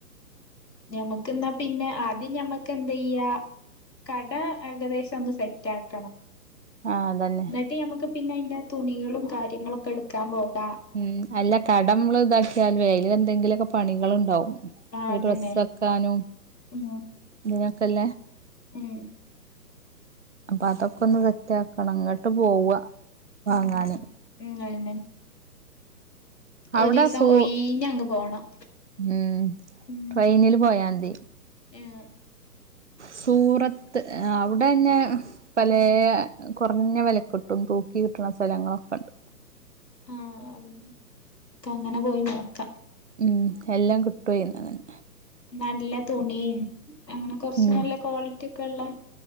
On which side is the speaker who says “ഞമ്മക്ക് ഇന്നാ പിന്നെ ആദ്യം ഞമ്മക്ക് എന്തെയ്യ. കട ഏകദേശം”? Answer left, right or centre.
Left